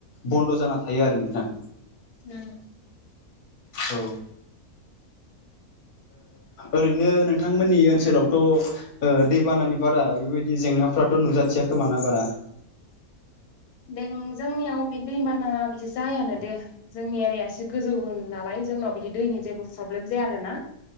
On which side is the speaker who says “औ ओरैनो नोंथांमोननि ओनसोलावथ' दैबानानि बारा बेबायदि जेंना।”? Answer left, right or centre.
Left